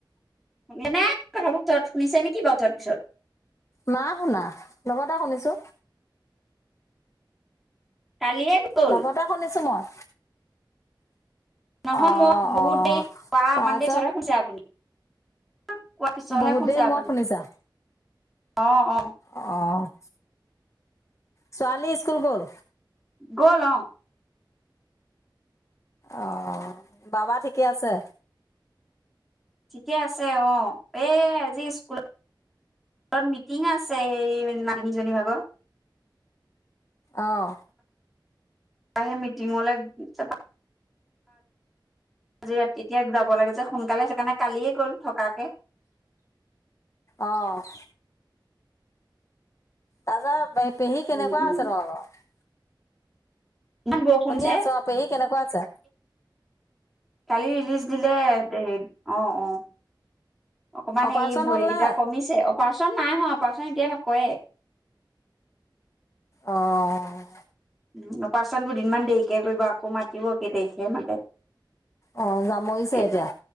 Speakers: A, in the centre; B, on the left.
A: এনে কথাবোৰ তত শুনিছে নেকি বাৰু তত পিছত।
B: নাই শুনা লগতে শুনিছো।
A: কালিয়ে গ'ল
B: লগতে শুনিছো মই।
A: নহয়
B: অ
A: মই বহুত
B: অ
A: দেৰি বা
B: তাৰপিছত
A: মানডে <unintelligible> শুনিছে আপুনি কোৱাৰ পিছতহে
B: বহুত
A: শুনিছে
B: দেৰি মূৰত
A: আপুনি।
B: শুনিছা
A: অ-অ
B: অ', ছোৱালী স্কুল গ'ল।
A: গ'ল অ
B: অ', বাবা ঠিকে আছে?
A: ঠিকে আছে অ', এ আজি স্কুলত তাত মিটিং আছে সেই <unintelligible> জনী ভাগৰ
B: অহ।
A: সেই মিটিঙলৈ <unintelligible> আজি এতিয়া যাব লাগে যে সোনকালে সেইকাৰণে কালিয়ে গ'ল থকাকে।
B: অ'। তাৰপাছত পেহী কেনেকুৱা
A: উম, উম,
B: আছে তোমালোকৰ?
A: ইমান বৰষুণ
B: শুনি
A: যে
B: আছো অ', পেহী কেনেকুৱা আছে?
A: কালি ৰিলিজ দিলে পেহীক অ অ অকমান
B: অপাৰেচন
A: হেৰি ভৰিকেইটা
B: হ'ল নে
A: কমিছে অপাৰেচন নাই হোৱা। অপাৰেচন এতিয়া নকৰে।
B: অ'।
A: উ অপাৰচন দুদিনমান দেৰিকে কৰিব আকৌ মাতিব কেই তাৰিখে মাতে।
B: অ যামৰিছে
A: এতি
B: এতিয়া